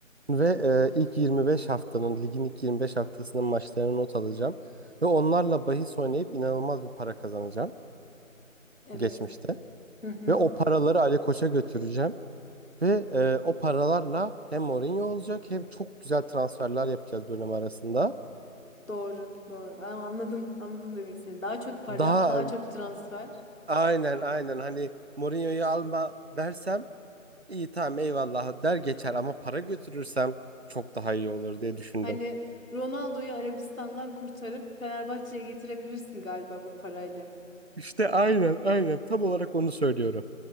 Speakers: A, on the right (about 50°); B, on the left (about 75°).
A: Ve e, ilk 25 haftanın, ligin ilk 25 haftasının maçlarını not alacağım. Ve onlarla bahis oynayıp inanılmaz bir para kazanacağım
B: evet.
A: geçmişte.
B: Hı hı.
A: Ve o paraları Ali Koç'a götüreceğim. Ve e, o paralarla hem Mourinho olacak hem çok güzel transferler yapacağız dönem arasında.
B: Doğru, doğru. Aa, Anladım, anladım demek seni. Daha çok para,
A: Daha
B: daha çok transfer.
A: aynen aynen hani Mourinho'yu alma dersem iyi tamam eyvallah der geçer ama para götürürsem çok daha iyi olur diye düşündüm.
B: Hani Ronaldo'yu Arabistan'dan kurtarıp Fenerbahçe'ye getirebilirsin galiba bu parayla.
A: İşte aynen aynen tam olarak onu söylüyorum.